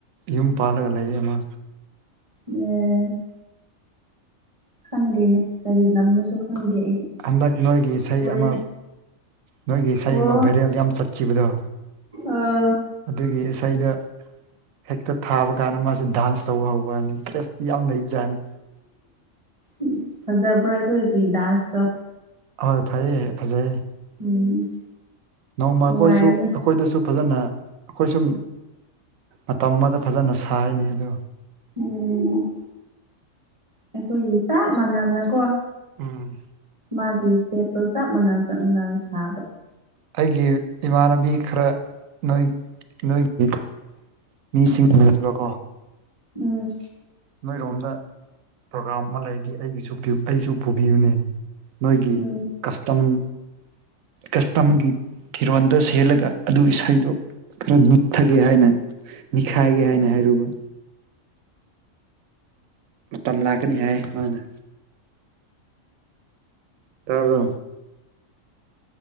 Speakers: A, on the right (about 80°); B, on the right (about 25°).
A: ꯌꯨꯝ ꯄꯥꯜꯂꯒ ꯂꯩ ꯑꯃ꯫
B: ꯎꯝ꯫ ꯈꯪꯗꯦꯅꯦ ꯒꯥꯔꯤ ꯂꯝꯅꯣꯁꯨ ꯈꯪꯗꯦ꯫ ꯑꯩꯗꯤ
A: ꯍꯟꯗꯛ ꯅꯣꯏꯒꯤ ꯏꯁꯩ
B: ꯍꯣꯔꯦꯟ
A: ꯑꯃ꯫ ꯅꯣꯏꯒꯦ ꯏꯁꯩ
B: ꯑꯣ
A: ꯑꯃ ꯕꯥꯏꯔꯦꯜ ꯌꯥꯝ ꯆꯠꯈꯤꯕꯗꯣ꯫
B: ꯑꯥ꯫
A: ꯑꯗꯨꯒꯤ ꯏꯁꯩꯗ ꯍꯦꯛꯇ ꯊꯥꯕ ꯀꯥꯟꯗ ꯃꯥꯁꯦ ꯗꯥꯟꯁ ꯇꯧꯕ ꯍꯧ꯫ ꯅꯤ ꯏꯟꯇꯔꯦꯁꯇꯤ ꯌꯥꯝꯎ ꯂꯩꯖꯅꯤ꯫
B: ꯎ ꯐꯖꯔ ꯑꯩꯈꯣꯏꯒꯤ ꯗꯥꯟꯁ ꯇ꯫
A: ꯑꯍꯣꯏ ꯐꯩꯌꯦ ꯐꯖꯩ
B: ꯎꯝ꯫
A: ꯅꯣꯡꯃ
B: ꯅꯨꯡꯉꯥꯏꯕꯅꯦ
A: ꯑꯩꯈꯣꯏꯁꯨ ꯑꯩꯈꯣꯏꯗꯁꯨ꯫ ꯐꯖꯅ ꯑꯩꯈꯣꯏ ꯁꯨꯝ ꯃꯇꯝ ꯑꯃꯗ ꯐꯖꯅ ꯁꯥꯏꯅꯤ ꯑꯗ꯫
B: ꯎꯝ ꯑꯩꯈꯣꯏꯒꯤ ꯆꯞ ꯃꯥꯟꯅꯅꯀꯣ꯫
A: ꯎꯝ꯫
B: ꯃꯥꯒꯤ ꯏꯁꯇꯦꯞꯇ ꯆꯞ ꯃꯅ ꯆꯞ ꯃꯥꯟꯅꯅ ꯁꯥꯕ꯫
A: ꯑꯩꯒꯤ ꯏꯃꯥꯟꯅꯕꯤ ꯈꯔ ꯅꯣꯏ ꯅꯣꯏꯒꯤ꯫ ꯃꯤꯁꯤꯡ ꯎꯕꯀꯣ꯫
B: ꯎꯝ꯫
A: ꯅꯣꯏꯔꯣꯝꯗ ꯄ꯭ꯔꯣꯒꯥꯝ ꯑꯃ ꯂꯩꯗꯤ ꯑꯩꯒꯤꯁꯨ ꯑꯩꯁꯨ ꯄꯨꯕꯤꯌꯨꯅꯦ꯫ ꯅꯣꯏꯒꯤ
B: ꯎꯝ
A: ꯀꯁꯇꯝ꯫
B: <inaudible>
A: ꯀꯁꯇꯝꯒꯤ ꯐꯤꯔꯣꯟꯗ ꯁꯦꯂꯒ ꯑꯗꯨ ꯏꯁꯩꯗꯨ꯫ ꯈꯔ ꯅꯤꯛꯊꯒꯦ ꯍꯥꯏꯅ ꯅꯤꯈꯥꯏꯒꯦ ꯍꯥꯏꯅ ꯍꯥꯏꯔꯨꯕ꯫ ꯃꯇꯝ ꯂꯥꯛꯀꯅꯤ ꯍꯥꯏ ꯃꯥꯅ꯫ ꯇꯥꯕ꯭ꯔꯣ꯫